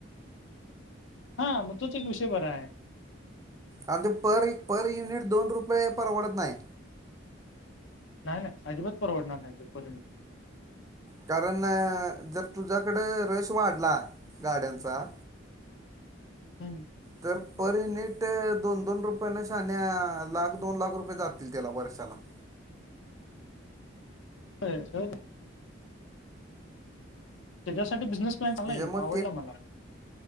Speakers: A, on the left; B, on the right.
A: <inaudible> हा मग तोच एक विषय बराय.
B: आणि ते पर पर युनिट दोन रुपये परवडत नाय.
A: नाही नाही आजिबात परवडणार नाही तो पर युनीट
B: कारण जर तुझ्याकडं रेश वाढला गाड्यांचा?
A: हम्
B: तर पर युनिट दोन, दोन रुपये न शान्या लाख दोन लाख रुपये जातील त्याला वर्षाला.
A: होच <inaudible> त्याच्यासाठी बिझनेस प्लॅन चांगला
B: त्याच्यामुळे
A: आहे. आवडला मला.